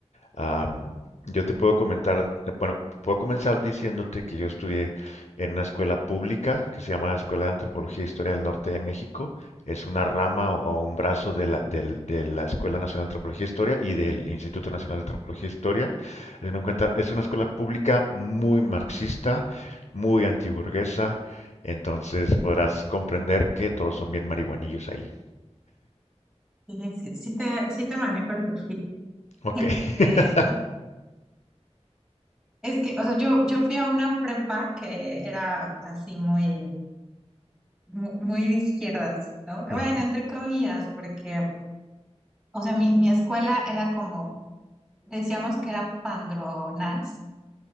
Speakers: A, on the left; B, in the centre.
A: Am, yo te puedo comentar, eh, bueno, puedo comenzar diciéndote que yo estudié en una escuela pública que se llama la Escuela de Antropología e Historia del Norte de México. Es una rama o, o un brazo de la, del- de la Escuela Nacional de Antropología e Historia y del Instituto Nacional de Antropología e Historia. Es una, cuenta- es una escuela pública muy marxista, muy antiburguesa, entonces podrás comprender que todos son bien marihuanillos ahí.
B: Dije, Sí, sí te, sí te manejo el perfil. <laughs>
A: Ok.
B: Este,
A: <laughs>
B: es que, o sea, yo, yo fui a una prepa que era así muy, mu- muy, de izquierdas, ¿no? Bueno,
A: Ujú.
B: entre comillas, porque, o sea, mi, mi escuela era como, decíamos que era pandro nice,